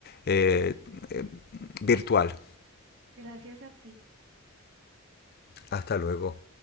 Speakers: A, on the left (about 45°); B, on the right (about 55°).
A: eh, eh, virtual.
B: Gracias a ti.
A: Hasta luego.